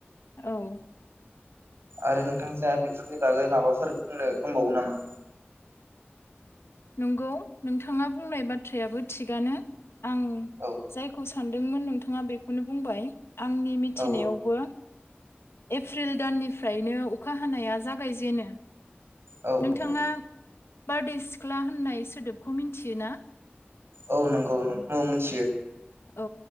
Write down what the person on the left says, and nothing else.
औ
नंगौ नोंथाङा बुंनाय बाथ्रायाबो थिगानो आं
जायखौ सो सानदोंमोन नोंथाङा बेखौनो बुंबाय आंनि मिथिनायावबो
एफ्रिल दाननिफ्रायनो अखा हानाया जागायजेनो
नोंथाङा
बारदै सिख्ला होननाय सोदोबखौ मिन्थियो ना
औ